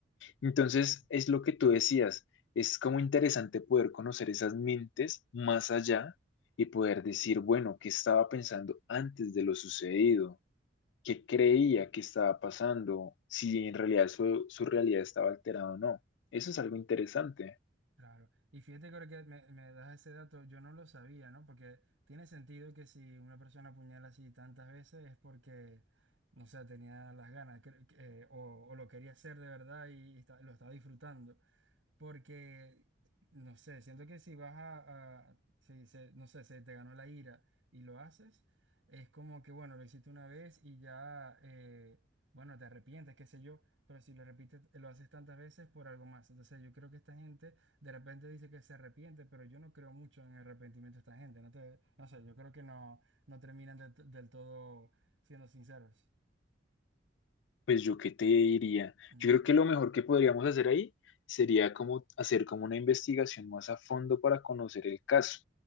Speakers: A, on the left (about 65°); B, on the right (about 85°).
A: Entonces,
B: Claro.
A: es lo que tú decías, es como interesante poder conocer esas mentes más allá y poder decir, bueno, ¿qué estaba pensando antes de lo sucedido? qué creía que estaba pasando, si en realidad su, su realidad estaba alterada o no. Eso es algo interesante.
B: claro. Y fíjate que ahora que me, me das ese dato, yo no lo sabía, ¿no? Porque tiene sentido que si una persona apuñala así tantas veces es porque, no sé, tenía las ganas cre- que- eh, o, o lo quería hacer de verdad y está- lo estaba disfrutando. Porque, no sé, siento que si vas a, a- si se- no sé, se te ganó la ira y lo haces, es como que, bueno, lo hiciste una vez y ya, eh, bueno, te arrepientes, qué sé yo, pero si lo repites, lo haces tantas veces por algo más. Entonces yo creo que esta gente de repente dice que se arrepiente, pero yo no creo mucho en el arrepentimiento de esta gente. No te, no sé, yo creo que no, no terminan del t- del todo siendo sinceros.
A: Pues yo qué te diría.
B: Mm.
A: Yo creo que lo mejor que podríamos hacer ahí sería como hacer como una investigación más a fondo para conocer el caso.